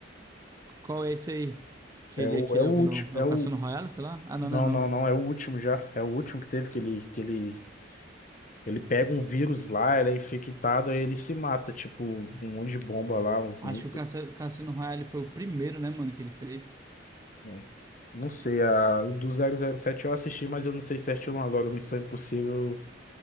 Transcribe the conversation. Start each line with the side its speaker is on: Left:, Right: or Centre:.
Right: Qual é esse aí? Que
Left: É
Right: ele,
Left: o,
Right: que ele
Left: é o
Right: é
Left: último,
Right: o vilão? É
Left: é
Right: o Cassino
Left: o,
Right: Royale, sei lá? Ah, não,
Left: não,
Right: não é não.
Left: não, não, é o último já, é o último que teve, que ele, que ele, ele pega um vírus lá, ele é infectado, aí ele se mata, tipo, um monte de bomba lá, uns
Right: Acho
Left: mitos,
Right: que o Cassi- Cassino Royale foi o primeiro, né, mano, que ele fez.
Left: né? Não sei, a, o do zero zero sete eu assisti, mas eu não sei certinho agora, o Missão Impossível...